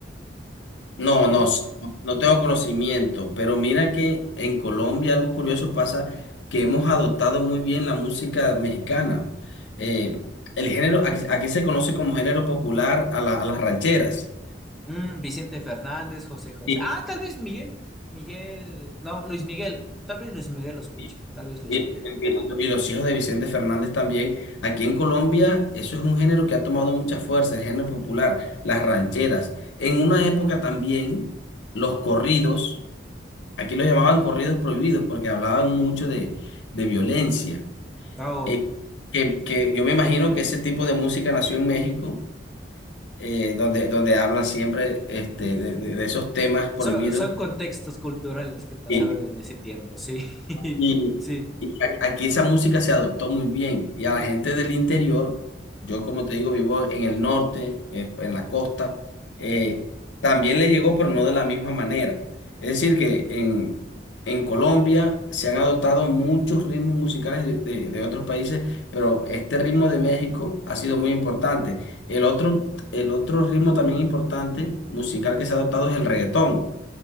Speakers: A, on the left; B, in the centre.
A: No,
B: no,
A: no,
B: no
A: s-
B: sé.
A: no tengo conocimiento, pero mira que en Colombia algo curioso pasa que hemos adoptado muy bien la música mexicana. Eh, el género, aquí, aquí se conoce como género popular a la- a las rancheras.
B: Mm, Vicente Fernández, José José.
A: Sí.
B: Ah, tal vez Miguel, Miguel, no, Luis Miguel, tal vez Luis Miguel lo escuche,
A: Y,
B: tal vez Luis
A: y-
B: Miguel.
A: y los hijos de Vicente Fernández también. Aquí en Colombia, eso es un género que ha tomado mucha fuerza, el género popular, las rancheras. En una época también, los corridos, aquí los llamaban corridos prohibidos porque hablaban mucho de, de violencia.
B: No,
A: eh, que, que yo me imagino que ese tipo de música nació en México, eh, donde, donde hablan siempre este, de, de- de esos temas prohibidos.
B: Son, son contextos culturales que pasaron
A: Sí.
B: en ese tiempo, sí. <laughs>
A: Y,
B: Sí,
A: Y a- Aquí esa música se adoptó muy bien y a la gente del interior, yo como te digo, vivo en el norte, eh, en la costa, eh, también le llegó, pero no de la misma manera. Es decir, que en, en Colombia se han adoptado muchos ritmos musicales de, de- de otros países, pero este ritmo de México ha sido muy importante. El otro, el otro ritmo también importante musical que se ha adoptado es el reggaetón.